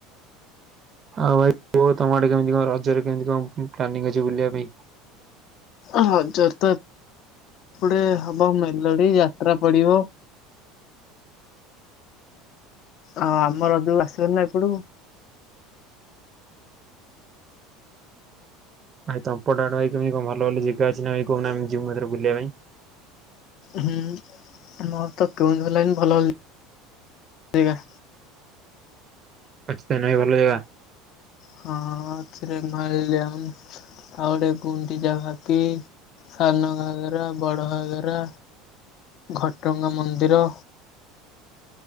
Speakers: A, on the right (about 40°); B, on the left (about 55°).
A: ଆଉ ଭାଇ କୁହ ତୋମ ଆଡେ କେମିତି କଣ ରଜରେ କେମତି କଣ ପ୍ଲାନିଂ ଅଛି ବୁଲିବା ପାଇଁ?
B: ଓହୋ, ରଜ ରେ ତ ଏପଟେ ହବ ମେଲଡି ଯାତ୍ରା ପଡିବ। ଅ, ଆମ ରଜ କୁ ଆସିବ ନା ଏପଟକୁ?
A: ଭାଇ ତୋମ୍ ପଟ ଆଡେ ଭାଇ କେମତି କଣ ଭଲ ଭଲ ଜାଗା ଅଛି ଭାଇ କହୁନ ଆମେ ଯିମୁ ଏଥର ବୁଲିବା ପାଇଁ?
B: ହୁଁ, ମୋର ତ କେଉଁଝର ଲାଇନ୍ ଭଲ ଭଲ ଜାଗା
A: ଅଛି ତାନେ ଭାଇ ଭଲ ଜାଗା?
B: ହଁ, ହଁ ଅଛି ରେ ମଲ୍ୟମ୍ ଆଉ ଗୋଟେ ଗୁଣ୍ଡିଚାଘାକି ସାନ ଘାଗରା ବଡ ଘାଗରା। ଘଟଗାଁ ମନ୍ଦିର।